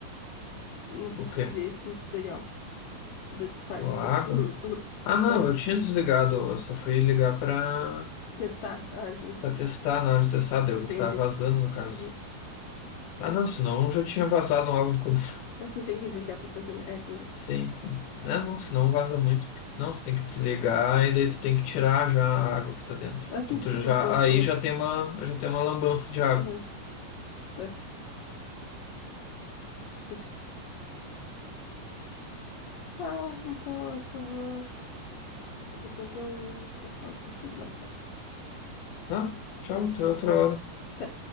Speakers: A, on the left; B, on the left.
A: não sei
B: O
A: se
B: quê?
A: dizia isso no tutorial, o da descarga.
B: A
A: <laughs>
B: água?
A: Uhum, uhum.
B: Ah, não,
A: É,
B: eu tinha desligado, eu só fui ligar pra,
A: testar. Ah, entendi.
B: pra testar, na hora de testar, deu
A: Entendi.
B: que tava vazando, no caso.
A: Uhum.
B: Ah, não, senão já tinha vazado algo do começo.
A: Assim tem que desligar pra fazer, né? É, pois
B: <laughs>
A: é.
B: Sim, sim. Ah, não, senão vaza muito. Não, tu tem que desligar e daí tu tem que tirar já a água que tá dentro.
A: Assim
B: Então,
A: que
B: tu
A: fica
B: já,
A: um pouco.
B: aí
A: aham,
B: já tem uma, já tem uma lambança de água.
A: aham, É, difícil. Tchau. Então, eu acho que eu vou. Depois eu, eu falo contigo mais tarde.
B: Ah, tchau, até outra hora.
A: Te-